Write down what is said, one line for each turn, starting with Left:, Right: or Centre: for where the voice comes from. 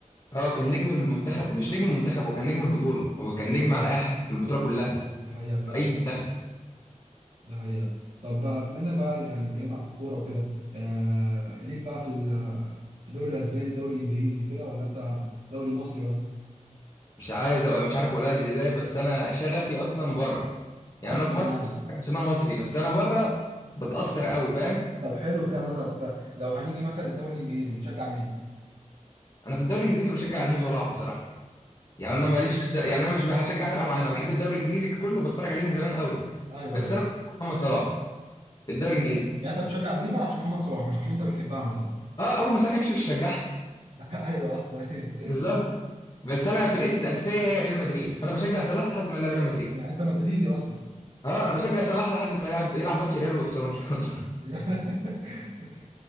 Left: اه كان نجم المنتخب مش نجم المنتخب هو كان نجم البطوله هو كان
Right: ده حقيقة
Left: نجم على اي حد في البطوله كلها
Right: دي حقيقة فعلا
Left: اي منتخب
Right: دي حقيقة طب بقى بما انك بقى يعني اتكلمنا في الكورة وكده آه ليك بقى في في الدوري الاسباني الدوري الانجليزي كده ولا انت دوري مصري بس
Left: مش عايز أبقى مش عارف اقولها لك ازاي بس انا شغفي اصلا بره يعني
Right: اصلا
Left: انا في مصر
Right: يعني
Left: بتفكر عشان انا مصري بس انا بره بتاثر قوي فاهم
Right: طب حلو الكلام ده طب لو هنيجي مثلا للدوري الانجليزي بتشجع مين
Left: انا في الدوري الانجليزي بشجع المو صلاح بصراحه يعني
Right: طب
Left: انا ماليش في الد... يعني انا مش بشجع فرقه معينه بحب الدوري الانجليزي كله بتفرج عليه من زمان قوي
Right: ايوه
Left: بس
Right: ايوه
Left: انا بشجع محمد صلاح في الدوري
Right: يعني
Left: الانجليزي
Right: انت يعني أنت بتشجع الليفر عشان محمد صلاح مش عشان انت بتحبها مثلا
Left: اه اول ما صلاح يمشي مش هشجعها
Right: <laughs> ايوه اصلا <laughs>
Left: بالظبط بس انا فرقتي الاساسيه هي ريال مدريد فانا بشجع صلاح لحد ما يلعب ريال مدريد
Right: يعني انت مدريدي اصلا
Left: اه انا بشجع صلاح لحد ما يلعب يلعب ماتش ريال ويخسروا ان شاء الله
Right: <laughs>